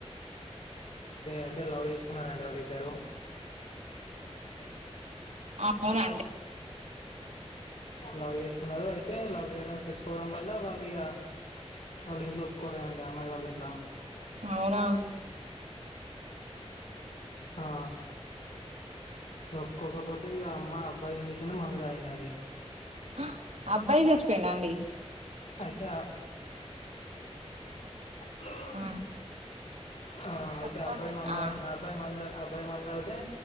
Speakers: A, on the left (about 85°); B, on the right (about 85°).
A: అంటే లవ్ చేస్ న్నడి వాళ్ళిద్దరు అ
B: అవునండి
A: లవ్ చేసుకున్నారు. అయితే లవ్ చేయడం తెసుకోవడం వల్ల వాళ్ళు ఇక వాళ్ళ ఇంట్లో ఒప్పుకోలేదంటా అమ్మాయి వాళ్ళ ఇంట్లో
B: అవునా
A: ఆ ఒక్కొక్కపోతే అమ్మా అబ్బాయి ఏం చేసిో మందుదాయంండ అండి
B: ఆ అబ్బాయి చచ్చిపోయిండ అండి
A: అయితే నవ్విన
B: ఆ
A: ఆ అయితే
B: చెప్పండి
A: అబ్బాయి మందా
B: ఆ
A: అడి అబ్బాయి మందా అబ్బాయ్ మంత అవితే